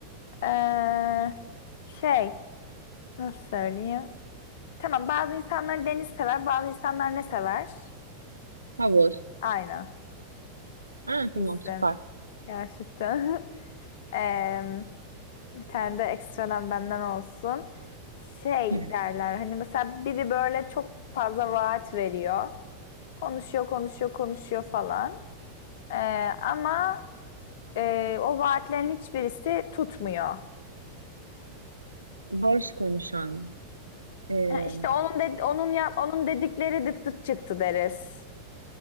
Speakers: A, on the left; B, on the right.
A: Ee, şey nasıl söyleyeyim? Tamam bazı insanlar deniz sever, bazı insanlar ne sever?
B: Havuz.
A: Aynen.
B: Ha
A: Çok
B: tamam
A: iyisin.
B: süper.
A: Gerçekten. <laughs> Em, Bir tane de ekstradan benden olsun. Şey
B: <laughs>
A: derler hani mesela biri böyle çok fazla vaat veriyor. Konuşuyor, konuşuyor, konuşuyor falan. Ee, ama e, o vaatlerin hiçbirisi tutmuyor.
B: Boş konuşan. Eee
A: Yani İşte onun de, onun yap onun dedikleri dıt dıt çıktı deriz.